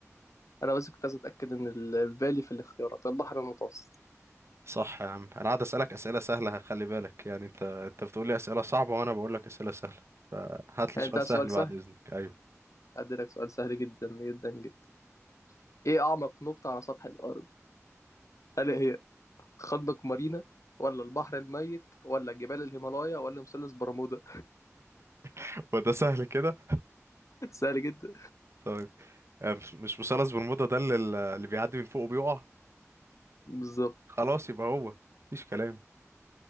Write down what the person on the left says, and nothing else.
انا بس كنت عايز اتاكد ان ال- في بالي في الاختيارات البحر المتوسط
يعني
انت عايز
سؤال
سهل
أديلك سؤال سهل جدا جدا جدا إيه أعمق نقطة على سطح الأرض؟ هل هي خندق مارينا ولا البحر الميت ولا جبال الهيمالايا ولا مثلث برمودا؟
<laughs> سهل جدا
بالظبط